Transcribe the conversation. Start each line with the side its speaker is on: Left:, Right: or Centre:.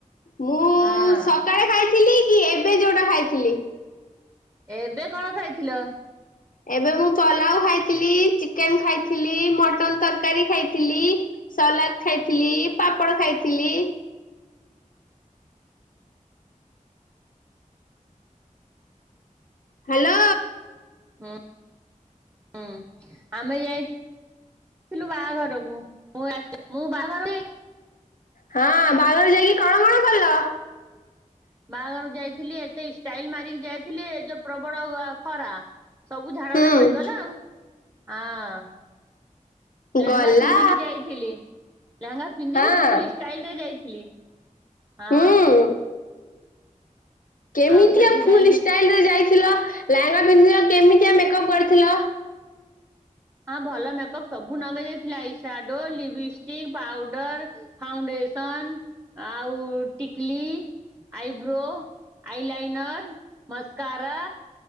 Left: ମୁଁ
Right: ହଁ।
Left: ସକାଳେ ଖାଇଥିଲି କି ଏବେ ଯୋଉଟା ଖାଇଥିଲି?
Right: ଏବେ କଣ ଖାଇଥିଲ?
Left: ଏବେ ମୁଁ ପଲାଉ ଖାଇଥିଲି ଚିକେନ ଖାଇଥିଲି ମଟନ ତରକାରୀ ଖାଇଥିଲି। ସଲାଡ ଖାଇଥିଲି ପାପଡ଼ ଖାଇଥିଲି। ହାଲୋ।
Right: ହୁଁ, ହଁ ଆମେ ଯାଇଥି ଥିଲୁ ବାହାଘରକୁ ମୁଁ ଆସିି ମୁଁ ବାହାଘରକୁ।
Left: ହଁ, ବାହାଘର ଯାଇକି କଣ କଣ କଲ?
Right: ବାହାଘରକୁ ଯାଇଥିଲି ଏତେ ଷ୍ଟାଇଲ ମାରିକି ଯାଇଥିଲି ଏ ଯୋଉ ପ୍ରବଳ ଖରା। ସବୁ ଝାଳ
Left: ହୁଁ
Right: ରେ ବହିଗଲା ଆଉ ହଁ। ଲେହେଙ୍ଗା
Left: ଗଲା
Right: ପିନ୍ଧିକି ଯାଇ ଥିଲି ଲେହେଙ୍ଗା ପିନ୍ଧିକି
Left: ହଁ
Right: ଫୁଲ ଷ୍ଟାଇଲରେ ଯାଇଥିଲି ହଁ।
Left: ହୁଁ କେମିତିଆ
Right: ଆଉ ସେଠି
Left: ଫୁଲ
Right: ଯାଇକି
Left: ଷ୍ଟାଇଲରେ ଯାଇଥିଲ ଲେହେଙ୍ଗା ପିନ୍ଧ କେମିତିଆ ମେକଅପ୍ କରିଥିଲ?
Right: ହଁ ଭଲ ମେକଅପ୍ ସବୁ ଲଗେଇ ଦେଇଥିଲି ଆଇସାଡୋ ଲିପଷ୍ଟିକ ପାଉଡର। ଫାଉଣ୍ଡେସନ ଆଉ ଟିକଲି। Eyebrow eyeliner mascara.